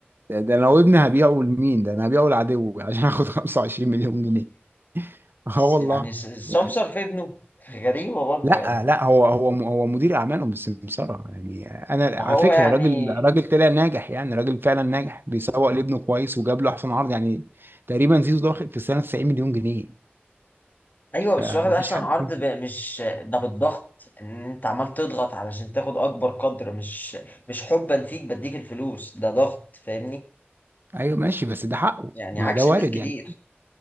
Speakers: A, on the right; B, on the left.
A: ده, ده لو ابني هبيعه لمين ده انا هبيعه لعدوي عشان اخد 25 مليون جنيه اه
B: بس
A: والله
B: يعني س-
A: يعني
B: سمسار في ابنه غريبة برضه
A: لا
B: يعني
A: لا هو هو هو مدير اعمالهم بالسمساره يعني انا
B: ما
A: على
B: هو
A: فكره
B: يعني
A: راجل راجل طلع ناجح يعني راجل فعلا ناجح بيسوق لابنه كويس وجاب له احسن عرض يعني تقريبا زيزو ده واخد في السنه 90 مليون جنيه
B: ايوه بس
A: فمفيش
B: واخد احسن
A: حد
B: عرض
A: فيهم.
B: ب... مش ده بالضغط ان انت عمال تضغط علشان تاخد اكبر قدر مش مش حبا فيك بديك الفلوس ده ضغط فاهمني
A: ايوه ماشي بس ده حقه
B: يعني
A: ما
B: عكس
A: ده وارد
B: الناس كتير
A: يعني